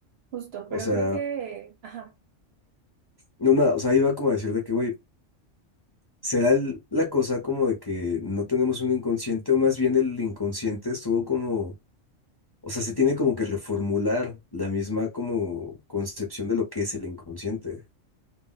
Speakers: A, on the right; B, on the left.
A: justo,
B: O
A: pero
B: sea,
A: creo que, ajá.
B: no, nada, o sea, iba como a decir de que, güey, será el- la cosa como de que no tenemos un inconsciente, o más bien el inconsciente estuvo como, o sea, se tiene como que reformular la misma como concepción de lo que es el inconsciente.